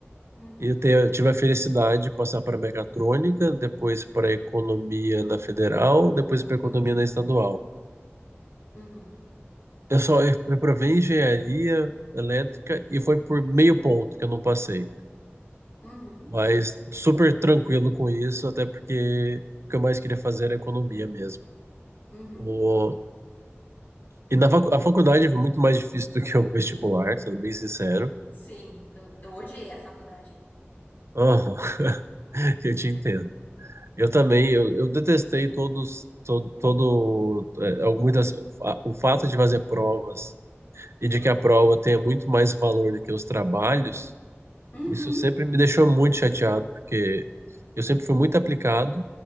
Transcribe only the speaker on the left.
Uhum,
uhum,
uhum,
uhum,
uhum.
Sim, eu, eu odiei a faculdade.
Uhum.
Uhum,